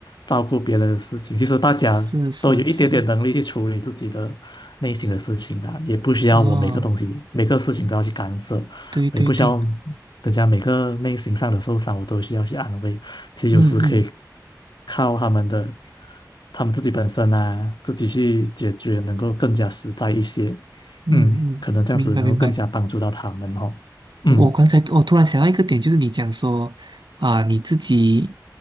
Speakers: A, on the left (about 80°); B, on the right (about 85°).
A: 照顾别人的事情，其实大家都有一点点能力去处理自己的内心的事情吧，
B: 是是是，
A: 也不需要我每个东西每个事情都要去干涉，
B: 哦，对对对，
A: 我也不需要人家每个内心上的受伤我都需要去安慰，其实有时可以
B: 嗯嗯
A: 靠他们的他们自己本身啊，自己去解决，能够更加实在一些。
B: 嗯嗯，
A: 嗯，可能这样子能够更加帮助到他们哦。
B: 明白明白。
A: 嗯
B: 我刚才我突然想到一个点，就是你讲说啊、你自己